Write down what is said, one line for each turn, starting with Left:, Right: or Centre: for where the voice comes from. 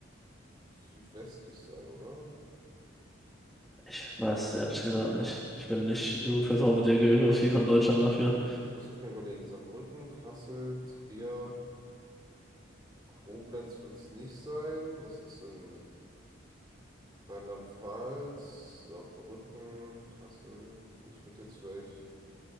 Right: südwestlich sein, oder?
Centre: Ich weiß, es ehrlich gesagt nicht. Ich bin nicht genug vertraut mit der Geografie von Deutschland dafür.
Right: Lass mich mal überlegen. Saarbrücken, Kassel, Trier. Koblenz wird es nicht sein. Das ist in Rheinland-Pfalz, Saarbrücken, Kassel. So, Ich würde jetzt vielleicht